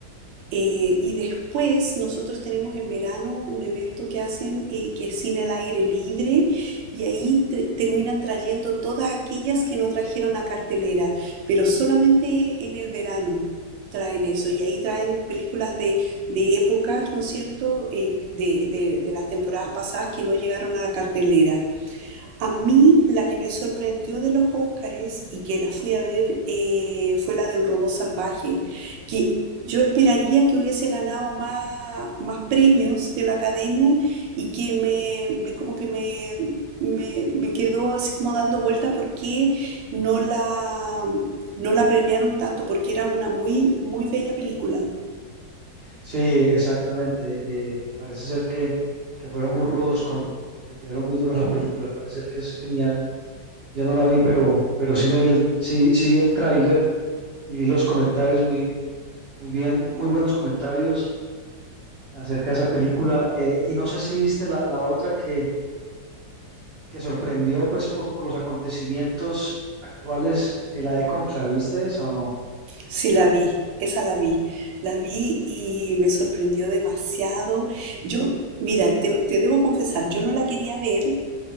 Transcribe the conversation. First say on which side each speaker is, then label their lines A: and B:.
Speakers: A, on the right; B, on the right.
A: Eh, y después nosotros tenemos en verano un evento que hacen eh, que es cine al aire libre y ahí tr- terminan trayendo todas aquellas que no trajeron a cartelera, pero solamente en el verano traen eso y ahí traen películas de, de épocas, ¿no es cierto?, Eh, de, de- de las temporadas pasadas que no llegaron a la cartelera. A mí la que me sorprendió de los Óscares y que la fui a ver eh, fue la del robot salvaje, que yo esperaría que hubiese ganado más, más premios de la academia y que me, me- como que me, me, me quedó así como dando vuelta por qué no la, no la premiaron tanto, porque era una muy, muy bella película.
B: Sí, exactamente. eh, parece ser que, que fueron muy rudos con, con- le tiraron muy duro a la película. Parece ser que es genial. Yo no la vi, pero, pero sí me vi el, sí, sí vi el tráiler y vi los comentarios muy, muy bien, muy buenos comentarios acerca de esa película. eh, y no sé si viste la, la otra que, que sorprendió pues por, por los acontecimientos actuales, eh, la de Conclave, ¿viste esa o no?
A: Sí, la vi, esa la vi. La vi y me sorprendió demasiado. Yo, mira, te, te debo confesar, yo no la quería ver